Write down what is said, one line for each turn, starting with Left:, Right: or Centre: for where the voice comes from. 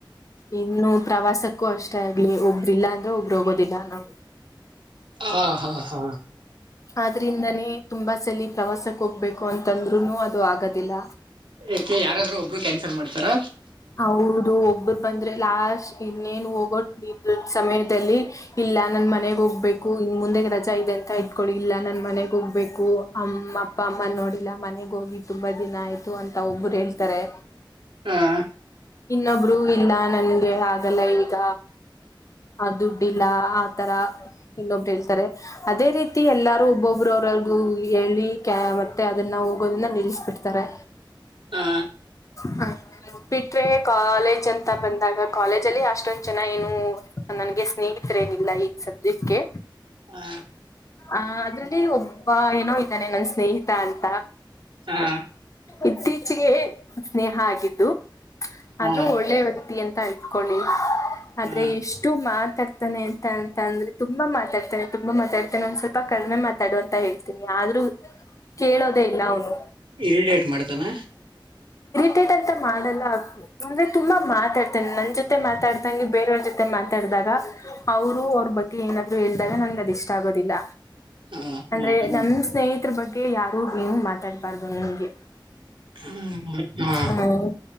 Left: ಇನ್ನು ಪ್ರವಾಸಕ್ಕೆ ಕ್ಕು ಅಷ್ಟೇ ಆಗ್ಲಿ ಒಬ್ಬ್ರ ಇಲ್ಲ ಅಂದ್ರೆ ಒಬ್ಬರು ಹೋಗೋದಿಲ್ಲ ನಾವು
Right: ಹಾ ಹಾ ಹಾ
Left: ಆದ್ರಿಂದಾನೇ ತುಂಬಾ ಸಲ ಪ್ರವಾಸಕ್ಕೆ ಹೋಗ್ಬೇಕು ಅಂತಂದ್ರು ಅದು ಆಗದಿಲ್ಲ
Right: ಏಕೆ ಯಾರಾದ್ರೂ ಒಬ್ರು ಕ್ಯಾನ್ಸಲ್ ಮಾಡ್ತಾರಾ
Left: ಹೌದು ಒಬ್ಬರು ಬಂದ್ರೆ ಲಾಸ್ಟ್ ಇನ್ನೇನು ಹೋಗೋ ಇದ ಸಮಯದಲ್ಲಿ ಇಲ್ಲಾ ನನ್ ಮನೆಗ್ ಹೋಗ್ಬೇಕು ಇನ್ ಮುಂದೆಗ್ ರಜಾ ಇದೆ ಅಂತ ಇಟ್ಕಿ ಇಲ್ಲಾ ನನ್ ಮನೆಗ್ ಹೋಗ್ಬೇಕು ಅಮ್ಮ ಅಪ್ಪ ಅಮ್ಮ ನೋಡಿಲ್ಲ ಮನೆಗ್ ಹೋಗಿ ತುಂಬಾ ದಿನ ಆಯ್ತು ಅಂತ ಒಬ್ಬರು ಹೇಳ್ತಾರೆ.
Right: ಹಾ
Left: ಇನ್ನೊಬ್ರು ಇಲ್ಲ ನನ್ಗೆ ಹಾಗಲ್ಲ ಈಗ ಆ ದುಡ್ಡಿಲ್ಲ ಆತರ ಇನ್ನೊಬ್ರು ಹೇಳ್ತಾರೆ ಅದೇ ರೀತಿ ಎಲ್ಲಾರು ಒಬ್ಬೊಬರು ಅವ್ರ್ದು ಹೇಳಿ ಕ ಮತ್ತೆ ಅದನ್ನ ಹೋಗೋದನ್ನ ನಿಲ್ಸ್ಬಿಡ್ತಾರೆ
Right: ಆ,
Left: ಹ್ಮ ಹ ಬಿಟ್ರೆ ಕಾಲೇಜ್ ಅಂತ ಬಂದಾಗ ಕಾಲೇಜ್ ಅಲ್ಲಿ ಅಷ್ಟೊಂದ ಜನ ಏನು ನನ್ಗೆ ಸ್ನೇಹಿತರೇಏನಿಲ್ಲ ಈಗ ಸದ್ಯಕ್ಕೆ
Right: ಹಾ
Left: ಅ ಅದ್ರಲ್ಲಿ ಒಬ್ಬ ಏನೋ ಇದ್ದಾನೆ ನನ್ ಸ್ನೇಹಿತ ಅಂತ
Right: ಹಾ
Left: ಇತ್ತೀಚೆಗೆ ಸ್ನೇಹ ಆಗಿದ್ದು ಅದು
Right: ಆ,
Left: ಒಳ್ಳೆ ವ್ಯಕ್ತಿ ಅಂತ ತೈಕೊೊಳ್ಳಿ ಆದ್ರೆ
Right: ಆ,
Left: ಎಷ್ಟು ಮಾತ್ ಮಾತಾಡ್ತಾನೆ ಅಂತ ಅಂತ ಅಂದ್ರೆ ತುಂಬಾ ಮಾತಾಡ್ತಾನೆ ತುಂಬಾ ಮಾತಾಡ್ತಾನೆ ಒಂದ್ ಸ್ವಲ್ಪ ಕಡಿಮೆ ಮಾತಾಡುವ ಅಂತ ಹೇಳ್ತೀನಿ ಆದ್ರೂ ಕೇಳೋದೇ ಇಲ್ಲ ಅವನು
Right: ಇರಿಟೇಟ್ ಮಾಡ್ತಾನ
Left: ಟೆಟ್ ಅಂತ ಮಾಡಲ್ಲ ಅಂದ್ರೆ ತುಂಬಾ ಮಾತಾಡ್ತೇನೆ ನನ್ ಜೊತೆ ಮಾತಾಡ್ದಂಗೆ ಬೇರೆಯವ್ರ ಜೊತೆ ಮಾತಾಡ್ದಾಗ ಅವ್ರು ಅವ್ರ ಬಗ್ಗೆ ಏನಾದ್ರೂ ಹೇಳ್ದಾಗ ನಂಗಗೆ ಅದ ಇಷ್ಟ ಆಗೋದಿಲ್ಲ
Right: ಆ, ಆ,
Left: ಅಂದ್ರೆ
Right: ಹಂಗ
Left: ನಮ್ ಸ್ನೇಹಿತರ ಬಗ್ಗೆ ಯಾರು ಏನು ಮಾತಾಡ್ಬಾರ್ದು ನಂಗೆ
Right: ಹ್ಮ್ ಹಾ
Left: ಹ್ಮ್